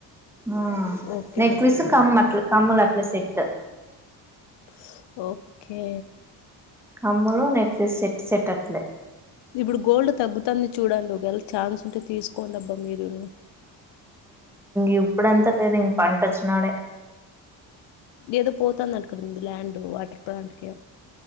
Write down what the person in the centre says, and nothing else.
ఆ
నెక్లెస్సుకమ్మలు
అట్ల కమ్ముల్ అట్లె సెట్టు
కమ్ములు నెక్లెస్ సెట్ సెట్ అట్లే
ఊఇప్పుడుంతా తేనేం పంట వచ్చి నప్పుడే